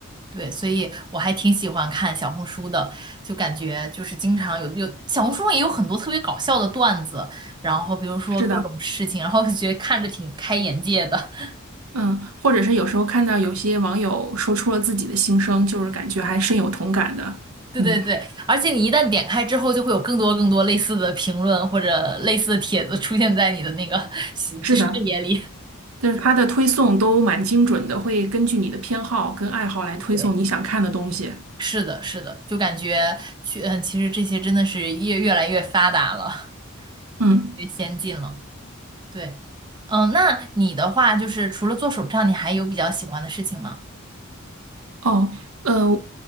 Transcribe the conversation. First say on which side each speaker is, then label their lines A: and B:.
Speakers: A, on the right; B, on the right.
A: 对，所以我还挺喜欢看小红书的，就感觉就是经常有有小红书上也有很多特别搞笑的段子，然后比如说各种事情，
B: 是的，
A: 然后就觉得看着挺开眼界的。<laughs>
B: 嗯，或者是有时候看到有些网友说出了自己的心声，就是感觉还深有同感的。
A: 对对对，
B: 嗯，
A: 而且你一旦点开之后，就会有更多更多类似的评论或者类似的帖子出现在你的那个 <laughs> 视野里。
B: 是的，就是它的推送都蛮精准的，会根据你的偏好跟爱好来推送你想看的东西。
A: <laughs> 是的，是的，就感觉去，嗯，其实这些真的是越越来越发达了，
B: 嗯。
A: <laughs> 越先进了。对，嗯，那你的话就是除了做手账，你还有比较喜欢的事情吗？
B: 哦，呃，